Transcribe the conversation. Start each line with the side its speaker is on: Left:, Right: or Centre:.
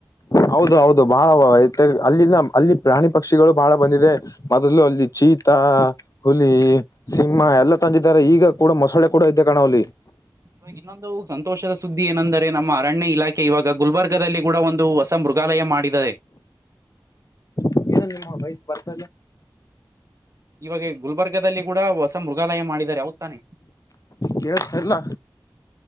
Left: ಹೌದು ಹೌದು ಬಹಳ ಅಲ್ಲಿಂದ ಅಲ್ಲಿ ಪ್ರಾಣಿ ಪಕ್ಷಿಗಳು ಬಹಳ ಬಂದಿದೆ ಮೊದಲು ಅಲ್ಲಿ ಚೀತಾ ಹುಲಿ, ಸಿಂಹಾ ಎಲ್ಲಾ ತಂದಿದ್ದಾರೆ ಈಗ ಕೂಡಾ ಮೊಸಳೆ ಕೂಡಾ ಇದೆ ಕಣೋ ಅಲ್ಲಿ
Right: ಇವ ಇನ್ನೊಂದು ಸಂತೋಷದ ಸುದ್ದಿ ಏನೆಂದರೆ ನಮ್ಮ ಅರಣ್ಯ ಇಲಾಖೆ ಇವಾಗ ಗುಲ್ಬರ್ಗಾದಲ್ಲಿ ಕೂಡಾ ಒಂದು ಹೊಸ ಮೃಗಾಲಯ ಮಾಡಿದ್ದಾರೆ.
Left: ಅದು ಏನ ನಿಮ್ಮ ವಾಯ್ಸ್ ಬರ್ತಾ ಇಲ್ಲಾ
Right: ಇವಾಗ ಗುಲ್ಬರ್ಗಾದಲ್ಲಿ ಕೂಡ ಹೊಸ ಮೃಗಾಲಯ ಮಾಡಿದಿದ್ದಾರೆ ಹೌದ ತಾನೇ
Left: ಕೇಳ್ತ ಇಲ್ಲಾ